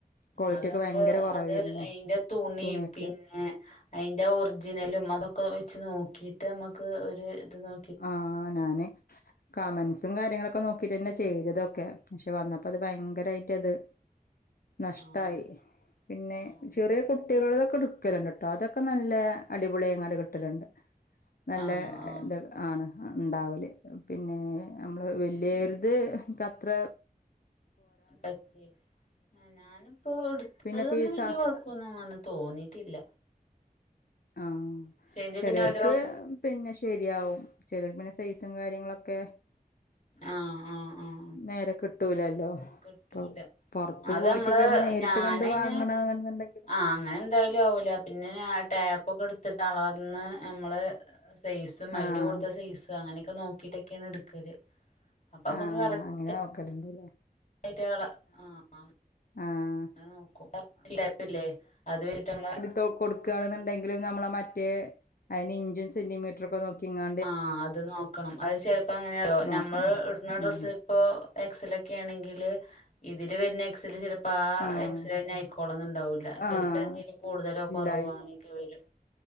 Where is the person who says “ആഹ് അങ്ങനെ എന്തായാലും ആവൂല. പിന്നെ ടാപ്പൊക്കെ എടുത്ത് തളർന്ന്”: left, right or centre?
Left